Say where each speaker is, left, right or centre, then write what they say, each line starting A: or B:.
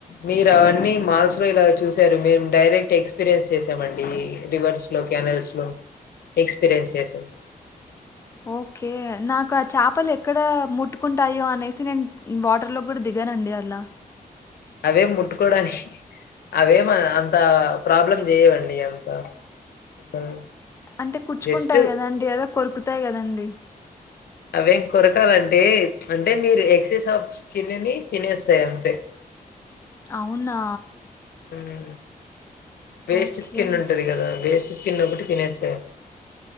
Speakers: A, on the left; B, on the left.
A: మీరు అవన్నీ మాల్స్ లో ఇలా చూసారు మేము డైరెక్ట్ ఎక్స్పీరియన్స్ చేసామండి రివర్స్ లో కెనాల్స్ లో లో ఎక్స్పీరియన్స్ చేసాం
B: ఓకే నాకు ఆ చేపలు ఎక్కడ ముట్టుకుంటాయో అనేసి నేను వాటర్ లో కూడా దిగనండి అలా
A: అవేం ముట్టుకోడానికి అవేం అంత ప్రాబ్లం చేయవండి అంత మిమ్మల్ని
B: అంటే కుచ్చుకుంటాయి
A: జస్ట్
B: కదా అండి అదే కొరుకుతాయి కదండి
A: అవేం కొరకాలంటే అంటే మీరు ఎక్సెస్ ఆఫీస్ కి వెళ్లండి తినేస్తాయి అంతే
B: అవునా
A: ఉహు వేస్ట్
B: ఓకే.
A: స్కిన్ ఉంటది కదా వేస్ట్ స్కిన్ ఒకటి తినేస్తాయి అ